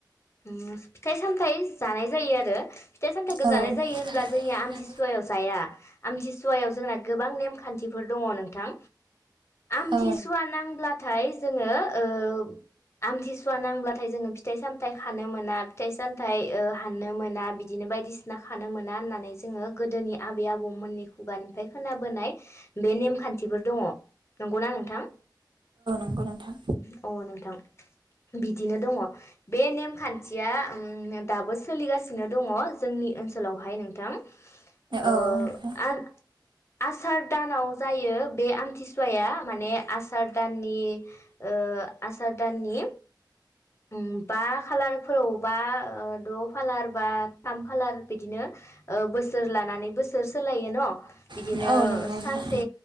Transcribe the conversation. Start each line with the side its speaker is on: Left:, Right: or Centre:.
Left: ओम फिथाइ सामथाय जानाय जायोआरो फिथाइ सामथाइखौ
Right: औ
Left: जानाय
Right: नोंथां
Left: जायो होनब्ला जोंनि आमथिसु सुवायाव जाया आमतिसुवायाव जोंना गोबां नेमखान्थिफोर दङ नोंथां। आमथिसुवा
Right: औ
Left: नांब्लाथाय जोङो ओ आमथि सुवा नांब्लाथाय जोङो फिथाइ साम थाइ खानो मोना फिथाइ सामथाइ ओ हाननो मोना बिदिनो बायदिसिना खानो मोना होननानै जोङो गोदोनि आबै आबौमोननि खुगानिफ्राय खोनाबोनाय बे नेमखान्थिफोर दङ। नंगौना नोंथां?
Right: नंगौ नोंथां
Left: अ नोंथां बिदिनो दङ। बे नेमखान्थिया ओम दाबो सोलिगासिनो दङ जोंनि ओनसोलावहाय नोंथां। ओ
Right: औ नोंथां
Left: आ आसार दानाव जायो बे आमथिसुवाया माने आसार दाननि ओ आसार दाननि ओम। बा खालारफोरावबा ओ द खालार बा थाम खालार बिदिनो बोसोर लानानै बोसोर सोलायो न। बिदिनो
Right: औ नंगौ
Left: सानसे
Right: नोंथां